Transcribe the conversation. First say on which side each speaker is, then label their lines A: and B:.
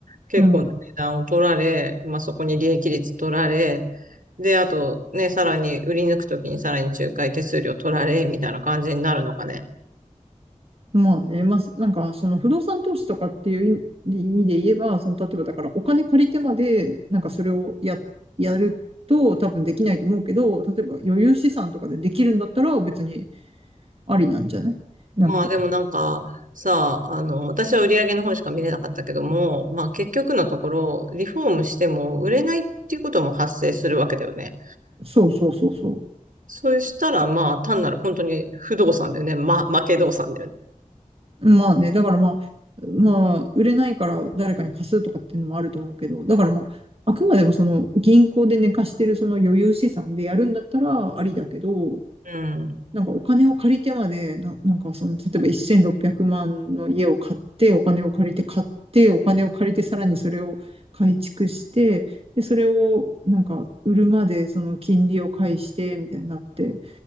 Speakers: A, on the right; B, on the right.
A: 結構な値段を取られ、
B: うん。
A: まあ、そこに利益率取られ、で、あと、ね、さらに売り抜くときにさらに仲介手数料取られ、みたいな感じになるのかね。
B: まあね、まあ、なんかその不動産投資とかっていう意意味で言えば、その例えばだからお金借りてまで、なんかそれをや、やると多分できないと思うけど、例えば余裕資産とかでできるんだったら別にありなんじゃないなんか、
A: まあでもなんかさ、あの、私は売り上げの方しか見れなかったけども、まあ結局のところ、リフォームしても売れないっていうことも発生するわけだよね。
B: そうそうそうそう。
A: そうしたらまあ単なる本当に不動産だよね。ま負け動産だよね。
B: まあね、だからまあ、まあ、売れないから誰かに貸すとかっていうのもあると思うけど、だからまあ、あくまでもその銀行で寝かしてるその余裕資産でやるんだったらありだけど、
A: うん。
B: なんかお金を借りてまで、な、なんかその、例えば1600万の家を買って、お金を借りて買って、お金を借りてさらにそれを改築して、で、それをなんか売るまでその金利を返して、みたいになって、